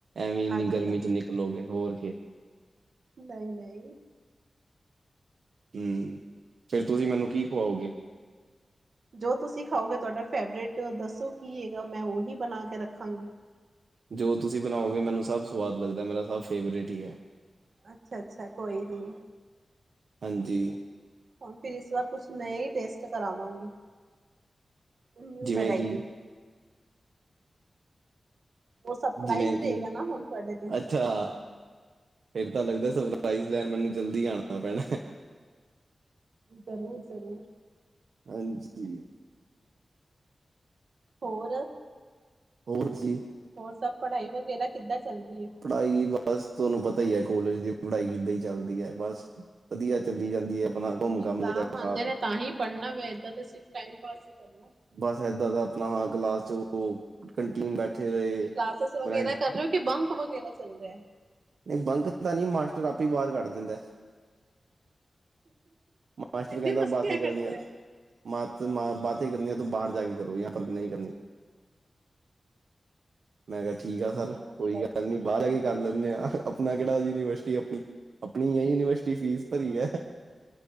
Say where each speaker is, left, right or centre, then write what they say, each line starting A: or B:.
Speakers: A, on the right; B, on the right.
A: ਐਵੇ ਇੰਨੀ
B: ਆ ਜਾਣਾ
A: ਗਰਮੀ ਚ ਨਿਕ ਲੋ ਗੇ ਹੋਰ ਖੇ।
B: ਨਈ-ਨਈ।
A: ਹ, ਫੇਰ ਤੁਸੀਂ ਮੈਨੂੰ ਕੀ ਖਵਾਓਗੇ।
B: ਜੋ ਤੁਸੀਂ ਖਾਓਗੇ, ਤੁਆਡਾ ਫੇਵਰੇਟ ਦੱਸੋ ਕੀ ਹੈਗਾ। ਮੈਂ ਉਹੀ ਬਣਾ ਕੇ ਰੱਖਾਂਗੀ।
A: ਜੋ ਤੁਸੀਂ ਬਣਾਓਗੇ, ਮੈਨੂੰ ਸਭ ਸਵਾਦ ਲੱਗਦਾ। ਮੇਰਾ ਸਭ ਫੇਵਰੇਟ ਈ ਏ।
B: ਅੱਛਾ-ਅੱਛਾ, ਕੋਈ ਨੀ।
A: ਹਾਂਜੀ।
B: ਹੁਣ ਫੇਰ ਏਸ ਵਾਰ ਕੁਛ ਨੇਆ ਈ ਟੇਸਟ ਕਰਾਵਾਂਗੀ। ਨਿਊ
A: ਜਿਵੇਂ
B: ਵਰਾਇਟੀ
A: ਕਿ।
B: ਉਹ ਸਰਪ੍ਰਾਈਜ਼
A: ਜਿਵੇਂ
B: ਰਹੇਗਾ
A: ਕਿ
B: ਨਾ ਹੁਣ ਤੁਹਾਡੇ ਲਈ
A: ਅੱਛਾ, ਫੇਰ ਤਾਂ ਲੱਗਦਾ ਸਰਪ੍ਰਜ਼
B: ਹਮ
A: ਮੈਨੂੰ ਜਲਦੀ ਆਉਣਾ ਵ ਪੈਣਾ।
B: ਜ਼ਰੂਰ-ਜ਼ਰੂਰ
A: ਹਾਂਜੀ
B: ਹੋਰ
A: ਹੋਰਸੀ
B: ਹੋਰ ਸਭ ਪੜ੍ਹਾਈ ਵਗੈਰਾ ਕਿੱਦਾਂ ਚੱਲ ਰਹੀ ਹੈ।
A: ਪੜ੍ਹਾਈ ਬੱਸ ਤੁਹਾਨੂੰ ਪਤਾ ਹੀ ਹੈ। ਕੋਲੇਜ ਦੀ ਪੜ੍ਹਾਈ ਕਿੱਦਾਂ ਹੀ ਚੱਲਦੀ ਹੈ। ਬਸ ਵਧੀਆ ਚੱਲੀ ਜਾਂਦੀਏ। ਆਪਣਾ ਘੁੰਮ
B: ਇਗਜ਼ਾਮ
A: ਘਮ ਲੈ ਕੇ ਕੇ
B: ਆਉਂਦੇ
A: ਖਾ ਕੇ।
B: ਨੇ ਤਾਂ ਹੀ ਪੜ੍ਹਨਾ ਵ ਏਦਾਂ ਤੇ ਅ ਟਾਈਮ ਪਾਸ ਹੀ ਕਰਨਾ।
A: ਬਸ ਏਦਾਂ ਦਾ ਆਪਣਾ ਹਾਲ ਕਲਾਸ ਚ, ਉਹ ਕੰਟੀਨ ਬੈਠੇ ਰਹੇ
B: ਕਲਾਸਿਸ ਵਗੈਰਾ
A: ਫਰੈਂਡ
B: ਕਰ ਰਹੇ ਹੋ ਕਿ ਬੰਕ ਵਗੈਰਾ ਚੱਲ ਰਿਹਾ।
A: ਨਹੀਂ, ਬੰਕ ਤਾਂ ਨਹੀਂ ਮਾਸਟਰ ਆਪੇ ਬਾਹਰ ਕੱਢ ਦਿੰਦਾ। ਮਾਸਟਰ
B: ਇੰਨੀ
A: ਕਹਿੰਦਾ
B: ਮਸਤੀਆਂ
A: ਬਾਤ ਹੀ ਕਰਨੀਆਂ।
B: ਕਰਦੇ ਆ
A: ਮ ਬਾਤ ਕਰਨੀ ਹੈ। ਤੂੰ ਬਾਹਰ ਜਾ ਕੇ ਕਰੋ ਯ ਪਰ ਨਹੀਂ ਕਰਨੀ। ਮੈਂ ਕਿਹਾ, ਠੀਕ ਆ ਸਰ,
B: ਉਹ ਤੇ
A: ਕੋਈ ਗੱਲ
B: ਸਹੀ
A: ਨੀ, ਬਾਹਰ ਜਾ ਕੇ ਕਰ ਲੈਂਦੇ ਆ। ਆਪਣਾ ਕਿਹੜਾ ਯੂਨੀਵਰਸਿਟੀ ਆਪਣੀ-ਆਪਣੀ ਹੈ। ਯੂਨੀਵਰਸਿਟੀ ਫੀਸ ਭਰੀ
B: ਸਹੀ
A: ਹੈ।